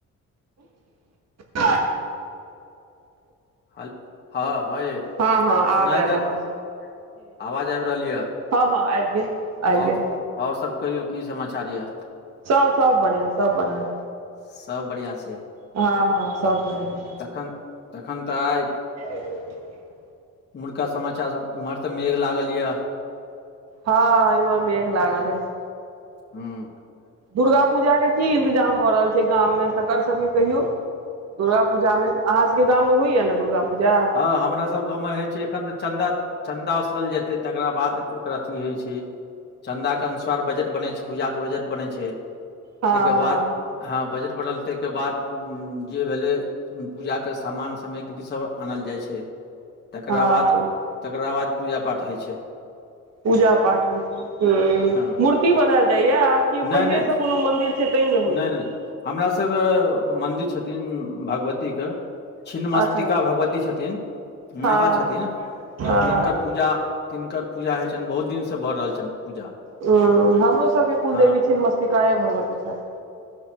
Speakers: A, on the right; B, on the left.
A: <unintelligible>
B: हं-हं यै
A: हँ हँ आब
B: सुनाइ
A: आयल
B: देत?
A: आवाज
B: <inaudible> आवाज आबि रहल य?
A: हं-हं आबि गेल। आबि
B: आओर,
A: गेल
B: आओर सब कहियौ की समाचार या?
A: सब, सब बढ़ियां, सब बढ़ियां।
B: सब बढ़ियां छी।
A: हं-हं सब भ गेलै।
B: तखन <inaudible> तखन त आइ
A: ह।
B: उमुहुरका समाचार, एम्हर त मेघ लागल य।
A: हँ, इम्हर मेघ लागल अछि।
B: हूं।
A: दुर्गा पूजाके की इन्तजाम भ रहल छै गाममे, तकर सबके कहियौ। दुर्गा पूजामे, अहाँ सबके गाममे होइया ने दुर्गा पूजा।
B: हँ हमरा सब गाँवमे हइ छै एखन त चन्दा। चन्दा उसलल जेतै तकरा बाद ओकरा अथी होइ छै। चन्दाके अनुस्वार बजट बनै छै, पूजाके बजट बनै छै।
A: हँ
B: तेकर
A: हँ
B: बाद हं बजट बढ़ल। तेकरा बाद जे भेलै पूजाके समान सेमग्री सब आनल जाइ छै। तेकरा
A: हँ
B: बाद, तेकरा बाद पूजा पाठ होइ छै।
A: पूजा पाठ <unintelligible> हुं,
B: हँ
A: मूर्ति बनाएल जाइया आकि
B: नहि
A: पहिनेसं
B: नहि
A: कोनो मन्दिर छै तै मे होइ
B: नहि
A: छै?
B: नहि हमरा सब मन्दिर छथिन भगवतीकेन छिन्नमस्तिका
A: अच्छा अच्छा
B: भगवत। ई छथिन,
A: हँ
B: माता छथिन हं
A: हँ
B: तिनकर पुत पूजा, तिनकर पूजा हइ छनि बहुत दिनसं भ रहल छनि पूजा।
A: हं, हमरो सबके कुलदेवी
B: हँ
A: छिन्नमस्तिकाए भगवती छथि।